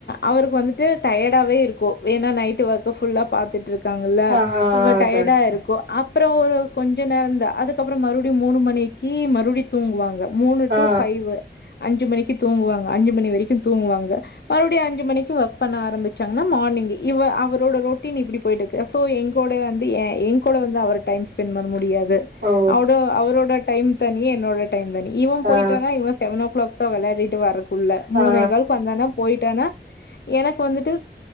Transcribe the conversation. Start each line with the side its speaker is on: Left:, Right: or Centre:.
Left: அவர்க்கு வந் டயடாவவே இருக்கு வேணா நைட் ஒர்க ஃபுல்லா பாத்துட்டு இருக் காங்கல்ல
Right: ஆ ஆ
Left: சும்மா டயடா
Right: கரெக்ட்
Left: இருக்கு அ அப்புறோ ஒரு கொஞ்ச நேரந்தா அதுக்கப்புறோ மறுபிடியு மூணு மணிக்கு மறுபிடியு தூங்குவாங்க மூணு டூ
Right: ஆ
Left: ஃபைவ் அஞ்சு மணிக்கு தூங்குவாங்க அஞ்சுமணி வரிக்கு தூங்குவாங்க மறுபிடியு அஞ்சுமணிக்கு வோ க் பண்ண ஆரம்பிச்சாங்கன்னா மார்னிங் இவ அவரோட ரொட்டீன் இப்பிடி போயிட்டுக்கு சோ என்கூட வந்து ஏ கூட வந்து அவர் டைம் ஸ்பெண்ட் பண்ண முடியாது த்
Right: ஓ
Left: அவ்டோ அவரோட டைம் த நீ என்னோட டைம் தான இவ போயிட்டானா
Right: ஆ
Left: இவ செவனோஓ கிளாக் த்தோ விளாடிட்டு வர உள்ள மூனேகால்க்கு
Right: ஆ
Left: வந்தனா போயிட்டானா எனக்கு வந்துட்டு